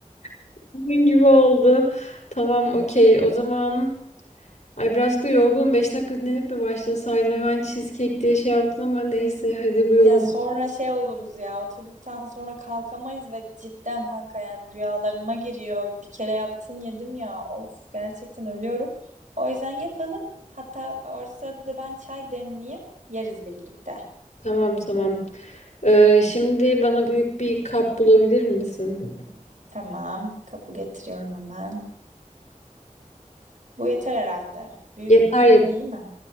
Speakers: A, on the left; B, on the right.
A: <laughs> Bunun gibi oldu. Tamam okey o zaman. Ay birazcık da yorgunum. 5 dakika dinlenip mi başlasaydım? Hemen cheesecake diye şey yaptın ama neyse hadi bu yola.
B: Ya sonra şey oluruz ya oturduktan sonra kalkamayız ve cidden kanka yani rüyalarıma giriyor. Bir kere yaptın yedim ya of gerçekten ölüyorum. O yüzden yapalım. Hatta o sırada da ben çay demleyeyim yeriz birlikte.
A: Tamam tamam. Ee, şimdi bana büyük bir kap bulabilir misin?
B: Tamam kabul getiriyorum hemen. Bu yeter herhalde. Büyüklüğü
A: Yeter yeter.
B: iyi mi?